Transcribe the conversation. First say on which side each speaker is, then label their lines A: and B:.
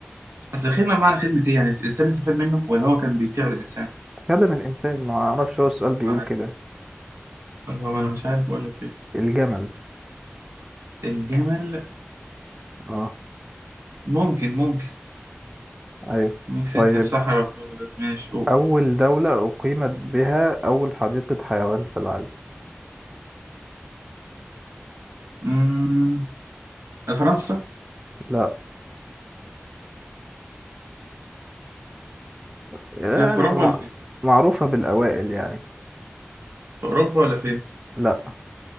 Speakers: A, on the right; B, on the right.
A: اصل الخدمه بمعنى خدمه ايه يعني الانسان استفاد منه ولا هو كان بيطيع الانسان
B: خدم الإنسان ما أعرفش هو السؤال بيقول
A: مع
B: كده
A: الله ما انا مش عارف اقول لك ايه
B: الجمل
A: الجمل
B: اه
A: ممكن ممكن
B: أيوه
A: ميك سنس
B: طيب
A: الصحراء والجو ده ماشي قول
B: أول دولة أقيمت بها أول حديقة حيوان في العالم
A: مم، فرنسا
B: لا يعني
A: آه، في أوروبا
B: مع...
A: ولا فين؟
B: معروفة بالأوائل يعني
A: في أوروبا ولا فين؟
B: لا